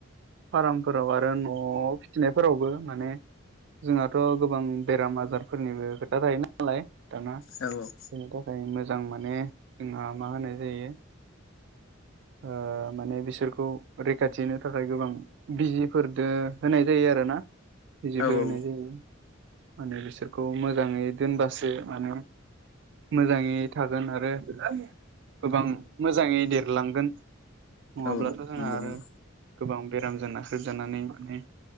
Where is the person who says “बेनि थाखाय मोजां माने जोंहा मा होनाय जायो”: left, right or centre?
Right